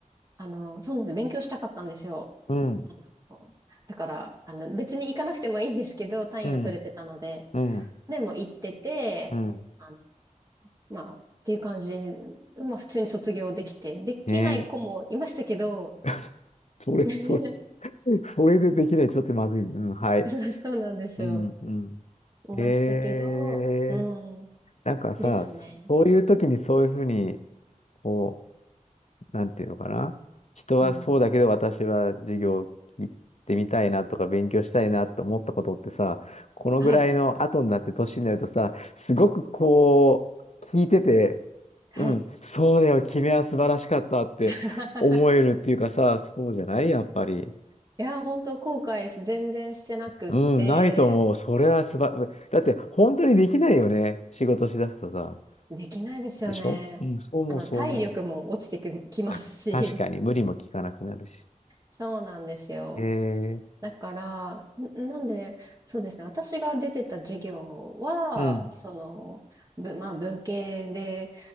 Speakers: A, on the right; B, on the left.
A: あの、そうなんです、勉強したかったんですよ。
B: うん、
A: あのだから、あの、別に行かなくてもいいんですけど、単位を取れてたので、
B: うん、うん、
A: でも行ってて、
B: うん。
A: あの、まあ、っていう感じで、まあ、普通に卒業できて、できない子もいましたけど、
B: ねえ。<laughs> それ、
A: <laughs>
B: それ、それでできない。ちょっとまずい。うん、はい。
A: そうそうなんですよ。
B: うんうん。
A: いましたけど、
B: へえ、
A: うん、
B: なんかさ、
A: ですね。
B: そういう時にそういうふうに、こう、なんていうのかな。人はそうだけど私は授業を聞いてみたいなとか勉強したいなって思ったことってさ、
A: うん。
B: このぐらいの後になって年になるとさ、
A: はい。
B: すごくこう、聞いてて、
A: はい。
B: うん、そうだよ、君は素晴らしかったって思えるっていうかさ、
A: <laughs>
B: そうじゃないやっぱり。
A: いや、本当後悔全然してなくって、
B: うん、ないと思う。それはすば、<laughs> だって本当にできないよね。仕事しだすとさ。
A: できないですよね。
B: でしょうん、そう思う、
A: あの、
B: そう思う。
A: 体力も落ちてくる、きますし。
B: あ、確かに無理も効かなくなるし。
A: <laughs> そうなんですよ。
B: えー、
A: だから、んなんで、そうですね、私が出てた授業は、
B: うん、
A: その、ぶ、まあ、文系で